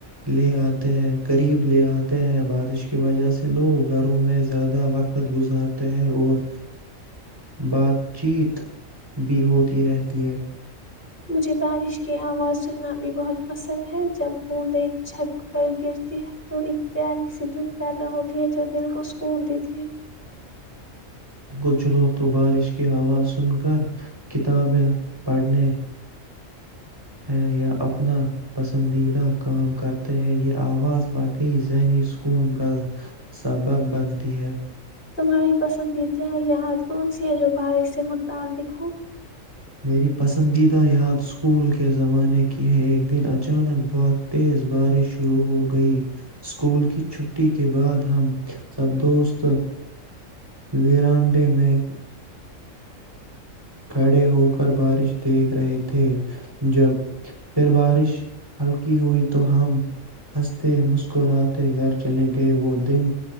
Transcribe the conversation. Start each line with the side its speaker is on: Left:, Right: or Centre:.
Right: لے آتے ہیں قریب لے آتے ہیں بارش کی وجہ سے لوگ گھروں میں زیادہ وقت گزارتے ہیں اور بات چیت بھی ہوتی رہتی ہے
Left: مجھے بارش کی آواز سننا بھی بہت پسند ہے جب بوندیں چھت پر گرتی ہے تو ایک پیاری سی دھند پیدا ہوتی ہے جو دل کو سکون دیتی ہے
Right: کچھ لوگ تو بارش کی آواز سن کر کتابیں پڑھنے ہیں یا اپنا پسندیدہ کام کرتے ہیں یہ آواز واقعی ذہنی سکون کا سبب بنتی ہے
Left: تمہاری پسندیدہ یاد کون سی ہے جو بارش سے متعلق ہو
Right: میری پسندیدہ یاد اسکول کے زمانے کی ہے ایک دن اچانک بہت تیز بارش شروع ہو گئی اسکول کی چھٹی کے بعد ہم سب دوست ویرانڈے میں کھڑے ہو کر بارش دیکھ رہے تھے جب پھر بارش ہلکی ہوئی تو ہم ہنستے مسکراتے گھر چلے گئے وہ دن